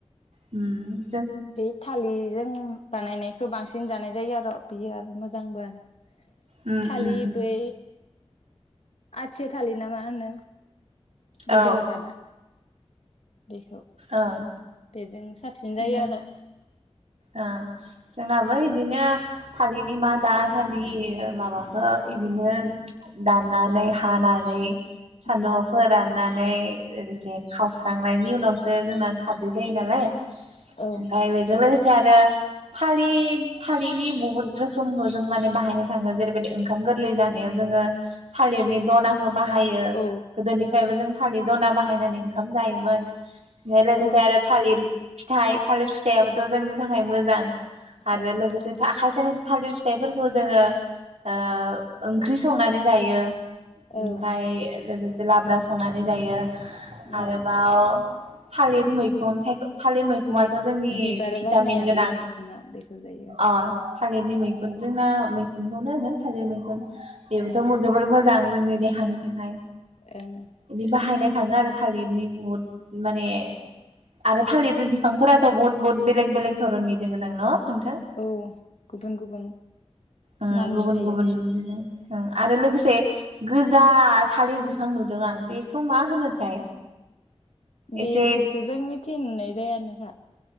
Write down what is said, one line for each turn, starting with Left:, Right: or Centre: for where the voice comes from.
Right: होम
Left: बे थालिजों बानायनाय खो बांसिन जानाय जायो आर' बियो आरो मोजांबो आरो
Right: औ
Left: थालि बै आथिया थालि नामा होनो गोदोर
Right: औ
Left: जादा बेखौ
Right: ओं
Left: बेजों साबसिन
Right: बिदिनो
Left: जायो आर
Right: ओ जोंनाबो इदिनो थालिनि मादा थालि माबाखो इबिनो दाननानै हानानै सान्दुंआव
Left: उम
Right: फोराननानै लोगोसे खावस्रांनायनि उनाव सो जोंना खारदै जायो नालाय ओमफ्राय
Left: औ
Right: बेजों लोगोसे आरो फालि थालिनि बहत रोखोमखौ जों माने बाहायनाय थाङो जेरैबायदि ओंखाम गोरलै जानायाव जोङो थालिरनि दनाखौ बाहायो
Left: औ
Right: गोदोनिफ्रायबो जों थालिर दना बाहायनानै ओंखाम जायोमोन ओमफ्राय लोगोसे
Left: औ
Right: आरो थालिर फिथाइ थालिर फिथायाबोथ' जोंनि थाखाय मोजां आरोे
Left: ओं
Right: लोगोसे था खायसे खायसे थालिर फिथाइफोरखौ जोङो ओ ओंख्रि संनानै जायो
Left: औ
Right: ओमफ्राय लोगोसे लाब्रा संनानै जायो
Left: उम
Right: आरोबाव थालिरनि मैखुन थालिर मैखुनाथ'
Left: मै
Right: जोंनि
Left: बिबार
Right: भिटामिन
Left: बारनाया
Right: गोनां
Left: बै मैखुना बेखौ जायो आरो
Right: अ थालिरनि मैखुन जोंना मैखुनखौनो होनो थालिर मैखुन बेबोथ'
Left: औ
Right: मो जोबोर मोजां जोंनि देहानि थाखाय
Left: ओं
Right: इदि बाहायनाय थाङो आरो थालिरनि बहत माने आरो थालिर बिफांफोराथ' बहुत बहुत बेलेग बेलेग धरननि दोङो जां न नोंथां
Left: औ गुबुन गुबुन
Right: ओम
Left: नामनि
Right: गुबुन
Left: थायो
Right: गुबुन इदिनो ओम आरो लोगोसे गोजा थालिर बिफां नुदों आं बेखौ मा होनोथाय
Left: बेखौथ'
Right: एसे
Left: जोंनिथिं नुनाय जायानोखा